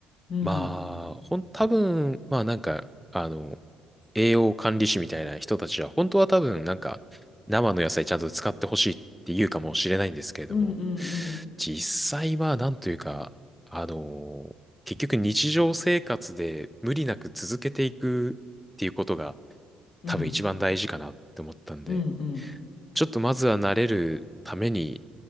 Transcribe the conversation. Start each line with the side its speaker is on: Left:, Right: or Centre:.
Left: うん。
Centre: まあ、ほん、多分、まあなんか、あの、栄養管理士みたいな人たちは、本当は多分なんか生の野菜ちゃんと使ってほしいって言うかもしれないんですけれども、
Left: うんうん
Centre: 実際はなんというか、あのー結局日常生活で無理なく続けていくっていうことが
Left: うんうん
Centre: 多分一番大事かなって思ったんで、
Left: うんうん
Centre: ちょっとまずは慣れるために、